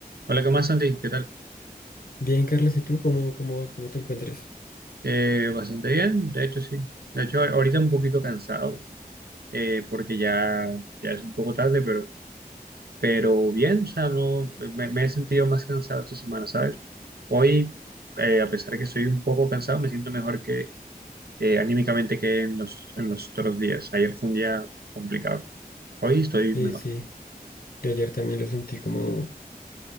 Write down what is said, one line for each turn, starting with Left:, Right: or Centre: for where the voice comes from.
Right: Hola, ¿qué más, Santi? ¿Qué tal?
Left: Bien, Carlos, ¿y tú cómo, cómo vas? ¿Cómo te encuentras?
Right: Eh, bastante bien, de hecho, sí. De hecho, ahorita un poquito cansado, eh, porque ya, ya es un poco tarde, pero, pero bien, o sea, no, me, me he sentido más cansado esta semana, ¿sabes? Hoy, eh, a pesar de que estoy un poco cansado, me siento mejor que eh, anímicamente que en los, en los otros días. Ayer fue un día complicado. Hoy estoy
Left: Sí,
Right: mejor.
Left: sí. Yo ayer también lo sentí como